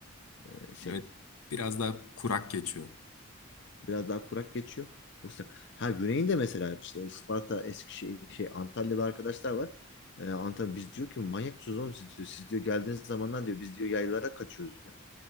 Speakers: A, on the left; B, on the left.
A: e, şey
B: Evet biraz daha kurak geçiyor.
A: biraz daha kurak geçiyor. Çok sıcak. Ha Güney'in de mesela işte Isparta, Eskişehir, şey Antalya'da arkadaşlar var. E, Antalya biz diyor ki manyak mısınız oğlum siz diyor. Siz diyor geldiğiniz zamanlar diyor biz diyor yaylara kaçıyoruz diyor.